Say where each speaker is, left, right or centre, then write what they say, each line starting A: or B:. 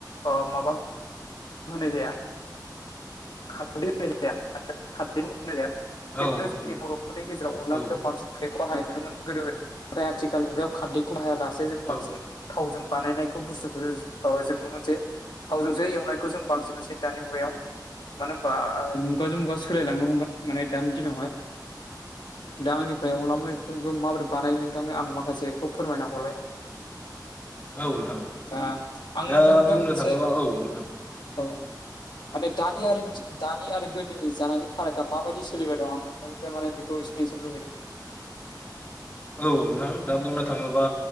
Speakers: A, on the left; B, on the left.
A: ओ माबा होनाय जाया खारदै होनाय <unintelligible> जाया खारदै होनाय खिन्थु
B: औ नोंथां
A: जोंनि बर'फोरनि गेजेराव अनला
B: औ
A: ओंख्रियाव बांसिन खारदैखौ हाय नुनोमोन गोदो गोदाय <unintelligible> नाथाय आथिखाल मुगायाव खारदैखौ हायालासे जों
B: औ
A: बांसिन थावजों बानायनायखौ बुस्थुखौ जों नुनो मोनसे थावजोंसो एवनाय खौ जों बांसिननोसै दानि मुगायाव मानो होनबा मुगाजों मुगा सोलायलांनो हमबाय। माने दानि दिनावहाय दा आंनिफ्राय अनला मखौ माबोरै बानाय नोंथांनो आं माखासेखौ फोरमायना हरबाय।
B: औ नोंथां
A: दा आं नोंथांनिफ्राय
B: दा बुंनो
A: मोनसे
B: थाङोबा औ नोंथां
A: औ दानि आरो दानि आरो गोदोनि जानायनि फारागआ माबायदि सोलिबाय दं आं नोंथांनिफ्राय माने बेखौ एक्सप्लेनसन लुुबैदों।
B: औ नोंथां दा बुंनो थाङोबा